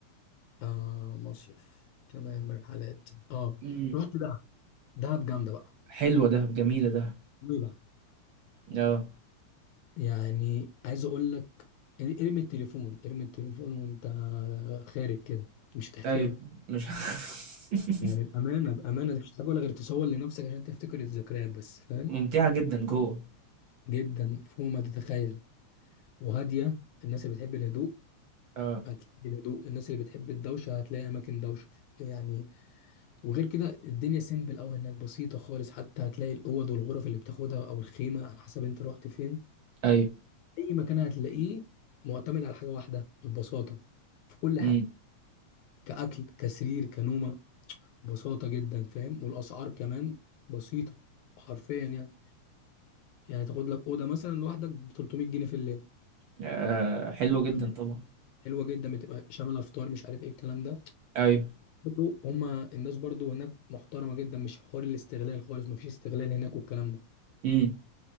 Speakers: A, on the left; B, on the right.
A: آه مصيف تمام رحلات اه
B: امم
A: رحت دهب دهب جامده بقى
B: حلوه ده جميله ده
A: ايه بقى
B: اه
A: يعني عايز اقول لك ارمي التليفون ارمي التليفون وانت خارج كده مش هتحتاجه
B: ايوه مش <laughs>
A: يعني بامانه بامانه مش هتحتاجه ولا غير تصور لنفسك عشان تفتكر الذكريات بس فاهم
B: ممتعه جدا جوه
A: جدا فوق ما تتخيل وهاديه الناس اللي بتحب الهدوء
B: اه
A: هتلاقي الهدوء الناس اللي بتحب الدوشة هتلاقي أماكن دوشة يعني وغير كده الدنيا سيمبل أوي هناك بسيطة خالص حتى هتلاقي الأوض والغرف اللي بتاخدها أو الخيمة على حسب أنت رحت فين
B: ايوه
A: أي مكان هتلاقيه معتمد على حاجة واحدة البساطة في كل حاجة
B: امم
A: كأكل كسرير كنومة بساطة جدا فاهم والأسعار كمان بسيطة حرفيا يعني يعني تاخد لك أوضة مثلا لوحدك ب 300 جنيه في الليل
B: آه. حلوه جدا
A: <laughs>
B: طبعا
A: حلوة جدا بتبقى شاملة فطار مش عارف إيه الكلام ده
B: أيوه،
A: برضو هما الناس برضو هناك محترمة جدا مش حوار الاستغلال خالص مفيش استغلال هناك والكلام ده
B: إمم،